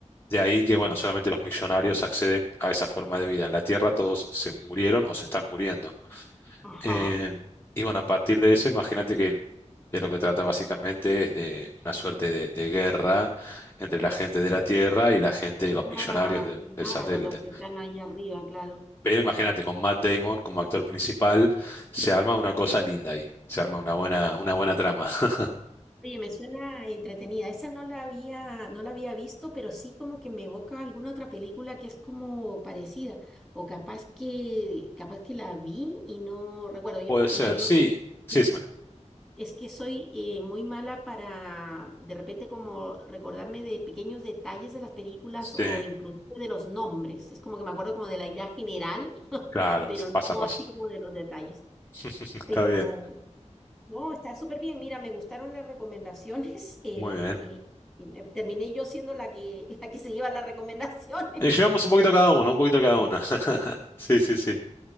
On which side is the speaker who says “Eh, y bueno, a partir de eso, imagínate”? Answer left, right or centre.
Left